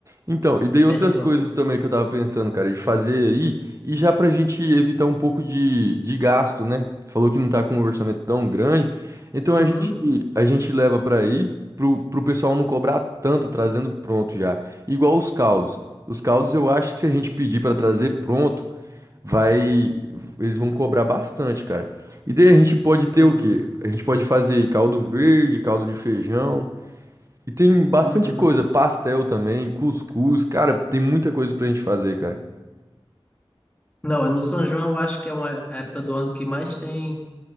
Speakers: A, on the right (about 35°); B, on the left (about 15°).
A: Então, e daí
B: Você tem
A: outras
B: razão.
A: coisas também que eu tava pensando, cara, de fazer aí, e já pra gente evitar um pouco de, de gasto, né? Falou que não tá com um orçamento tão grande, então
B: Uhum,
A: a gente, a gente leva pra aí, pro, pro pessoal não cobrar tanto trazendo pronto já. Igual os caldos. Os caldos eu acho que se a gente pedir pra trazer pronto, vai, eles vão cobrar bastante, cara. E daí a gente pode ter
B: uhum,
A: o quê? A gente pode fazer caldo verde, caldo de feijão. E tem bastante
B: uhum.
A: coisa, pastel também, cuscuz, cara, tem muita coisa pra gente fazer, cara.
B: Não, é no São João, eu acho que é uma época do ano que mais tem.